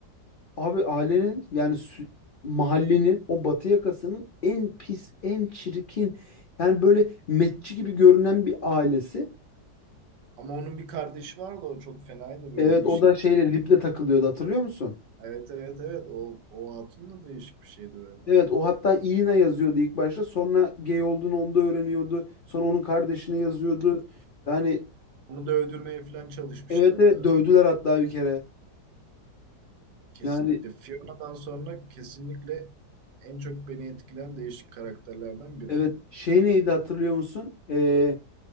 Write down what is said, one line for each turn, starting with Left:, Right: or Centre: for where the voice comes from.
Left: Abi ailenin yani sü- mahallenin o batı yakasının en pis, en çirkin yani böyle metçi gibi görünen bir ailesi.
Right: Ama onun bir kardeşi vardı o çok fenaydı böyle
Left: Evet
Right: değişik
Left: o da
Right: bir
Left: şeyle
Right: tip.
Left: liple takılıyordu hatırlıyor musun?
Right: Evet evet evet o, o hatun da değişik bir şeydi böyle.
Left: Evet o hatta Ian'a yazıyordu ilk başta sonra gay olduğunu onda öğreniyordu. Sonra onun kardeşine yazıyordu. Yani
Right: Onu da öldürmeye falan çalışmıştı
Left: Evet
Right: hatta.
Left: evet dövdüler hatta bir kere.
Right: Kesinlikle
Left: Yani
Right: Fiona'dan sonra kesinlikle en çok beni etkileyen değişik karakterlerden biri.
Left: evet şey neydi hatırlıyor musun? Ee,